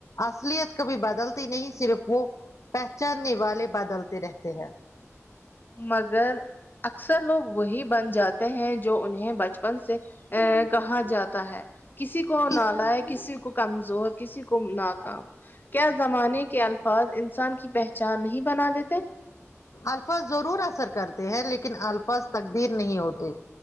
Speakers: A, on the left; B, on the left.
A: اصلیت کبھی بدلتی نہیں صرف وہ پہچاننے والے بدلتے رہتے ہیں
B: مگر اکثر لوگ وہی بن جاتے ہیں جو انہیں بچپن سے ا کہاں جاتا ہے کسی کو
A: اس
B: نالا ہے کسی کو کمزور کسی کو نہ کام کیا زمانے کے الفاظ انسان کی پہچان نہیں بنا دیتے
A: الفاظ ضرور اثر کرتے ہیں لیکن الفاظ تقدیر نہیں ہوتے